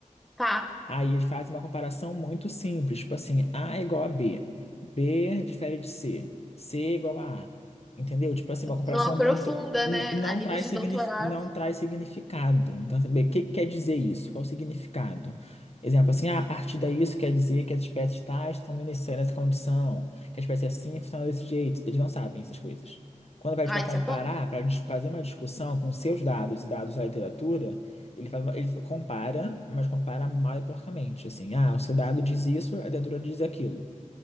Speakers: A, in the centre; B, on the left (about 50°).
A: Tá.
B: Aí eles fazem uma comparação muito simples, tipo assim, A é igual a B, B difere de C, C é igual a A, entendeu? Tipo assim, uma comparação
A: Não
B: muito
A: aprofunda,
B: n-
A: né?
B: não
A: A nível
B: traz
A: de
B: signif
A: doutorado.
B: não traz significado. Então, saber o que que quer dizer isso? Qual o significado? Exemplo assim, ah, a partir daí isso quer dizer que as espécies tais estão iniciando essa condição, que a espécie assim funciona desse jeito. Eles não sabem essas coisas. Quando vai
A: Ah,
B: para comparar,
A: isso é bom.
B: para fazer uma discussão com seus dados e dados da literatura ele faz uma- ele compara, mas compara mal e porcamente. Assim, ah, o seu dado diz isso, a dentadura diz aquilo.